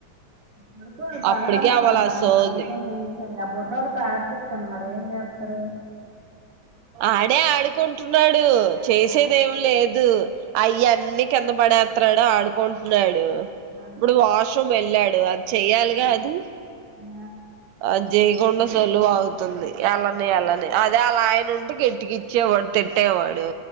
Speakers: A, on the right; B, on the right.
A: పడుకో పగలంత
B: అప్పటికే అవ్వాల
A: మరి రా
B: సోల్ది
A: కొడుకుని లేచి ఆ బొడ్డడితో ఆడిపిచండి మరి ఏం చేస్ టార్
B: ఆడే ఆడుకుంటున్నాడు డు చేసేదేం
A: ఆ,
B: లేదు అయ్య అన్ని కింద పడే త ప్రణవ్ ఆడుకుంటున్నాడు
A: ఆ,
B: ఇప్పుడు వాష్ రూమ్ ఎల్లాడు అది చెయ్యాలిగా అది
A: ఆ,
B: అది చేయకుండా సొల్లు వాగుతుంది. ఎళ్ళనీ ఎల్లనీ అదే వాల్ల ఆయన ఉంటే గట్టిగ ఇచ్చేవాడు తిట్టేవాడు.